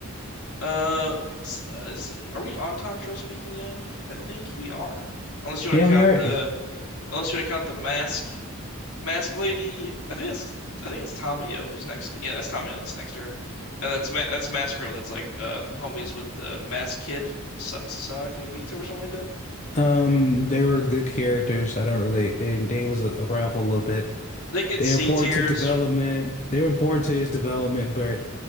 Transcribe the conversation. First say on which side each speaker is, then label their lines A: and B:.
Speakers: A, on the left; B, on the left.
A: Uh, s- uh, is, are we on Tanjiro speaking of? I think we are. Unless you want
B: Yeah,
A: to count
B: we are.
A: the unless you want to count the mask mask lady. I think that's I think it's Tamayo who's next to, yeah, that's Tamayo that's next to her. And that's Ma that's mask girl that's like uh homies with the mask kid Sa Sakabito or something like that.
B: Um, they were good characters. I don't relate. They they was a- around for a little bit.
A: They get
B: They
A: C
B: were important
A: tiers
B: to development. They were important to his development, but